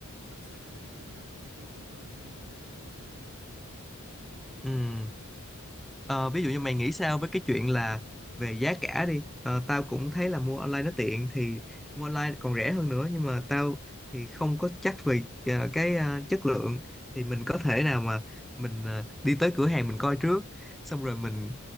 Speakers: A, on the right (about 75°); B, in the centre.
A: các sàn thương mại điện tử đang có cái cơ chế bảo vệ người dùng rất là tốt rồi á
B: ừ Ờ, ví dụ như mày nghĩ sao với cái chuyện là về giá cả đi Ờ, tao cũng thấy là mua online nó tiện thì mua online còn rẻ hơn nữa nhưng mà tao thì không có chắc về ờ, cái ờ, chất lượng thì mình có thể nào mà mình ờ, đi tới cửa hàng mình coi trước xong rồi mình